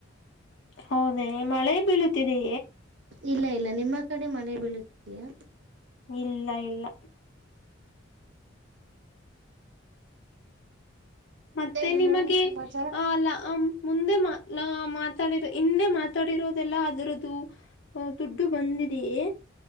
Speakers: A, on the left; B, on the right.
A: ಹೌದ ಮಳೆ ಬೀಳತಿದೇ
B: ಇಲ್ಲ ಇಲ್ಲ ನಿಮ್ಮ ಕಡೆ ಮನೆ ಬೀಳುತ್ತಿದಯಾ
A: ಇಲ್ಲ ಇಲ್ಲ ಮತ್ತೆ
B: ಇನ್ನೇನು
A: ನಿಮಗೆ
B: ಸಮಾಚಾರ
A: ಅ ಮುಂದೆ ಮಾ ಮಾತಾಡಿರ ಹಿಂದೆ ಮಾತಾಡಿರೋದೆಲ್ಲಾ ಅದರದ್ದು ಅ ದುಡ್ಡು ಬಂದಿದೆಯೇ